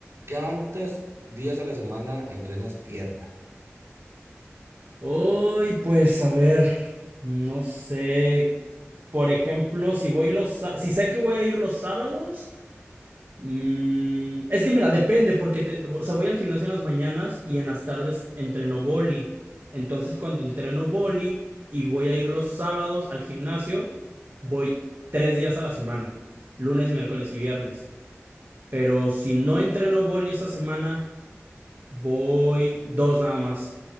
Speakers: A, on the right; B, on the right.
A: cuántos días a la semana entrenas pierna.
B: Uy, pues a ver, no sé, por ejemplo, si voy los, sa- si sé que voy a ir los sábados, Mm, es que mira, depende, porque te, o sea, voy al gimnasio en las mañanas y en las tardes entreno boli. Entonces, cuando entreno boli y voy a ir los sábados al gimnasio, voy tres días a la semana, lunes, miércoles y viernes. Pero si no entreno boli esa semana, voy dos nada más